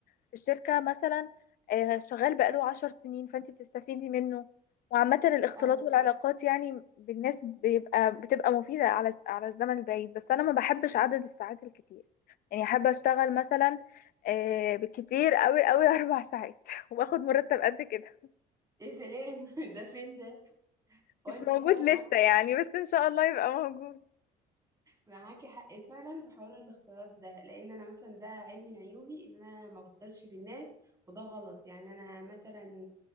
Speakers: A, on the left; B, on the right.
A: في الشركة مثلا آه، شغال بقاله عشر سنين فانت بتستفيدي منه وعامة الاختلاط
B: أيوه
A: والعلاقات يعني بالناس بيبقى بتبقى مفيدة على على الزمن البعيد بس أنا ما بحبش عدد الساعات الكتير يعني أحب أشتغل مثلا آه، بالكتير قوي قوي أربع ساعات <laughs> وآخد مرتب قد كده
B: يا سلام <laughs> ده فين ده؟ وأنتي
A: مش موجود
B: فعلا
A: لسه
B: معاكي
A: يعني بس إن شاء الله يبقى موجود
B: معاكي حق فعلا في حوار الاختلاط ده لان انا مثلا ده عيب من عيوبي ان انا ما بختلطش بالناس وده غلط يعني انا مثلا